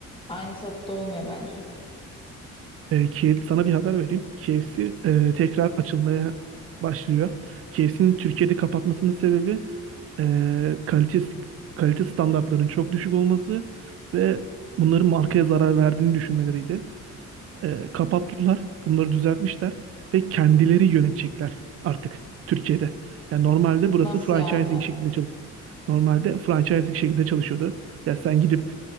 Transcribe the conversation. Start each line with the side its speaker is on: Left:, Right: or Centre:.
Left: Aynı tatta olmuyor bence.
Right: E, Kiev, sana bir haber vereyim. KFC e, tekrar açılmaya başlıyor. KFC'nin Türkiye'de kapatmasının sebebi e, kalite kalite standartlarının çok düşük olması ve bunların markaya zarar verdiğini düşünmeleriydi. E, kapattılar, bunları düzeltmişler ve kendileri yönetecekler artık Türkiye'de. Yani normalde burası
Left: Nasıl
Right: franchising
Left: yani?
Right: şekilde çalış. Normalde franchising şekilde çalışıyordu. Ya sen gidip